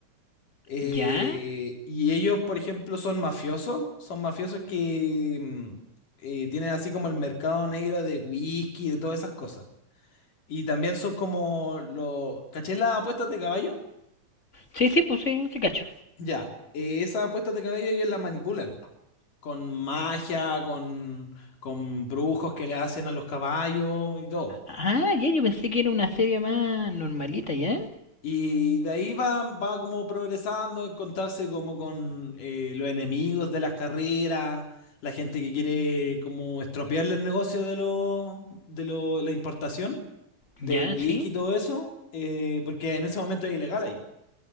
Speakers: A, on the left; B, on the left.
A: Eh,
B: ¿Ya?
A: y ellos, por ejemplo, son mafiosos, son mafiosos que mm, eh, tienen así como el mercado negro de whisky, de todas esas cosas. Y también son como los... ¿Caché las apuestas de caballo?
B: Sí, sí, pues sí, sí cacho.
A: Ya. eh, esas apuestas de caballo ellos las manipulan. Con magia, con, con brujos que le hacen a los caballos y todo.
B: Ah, ya, yo pensé que era una serie más normalita, ¿ya?
A: Y de ahí va, va como progresando, encontrarse como con eh, los enemigos de las carreras, la gente que quiere como estropearle el negocio de lo, de lo, la importación, del
B: ¿Ya?
A: whisky
B: Sí.
A: y todo eso, eh, porque en ese momento es ilegal ahí.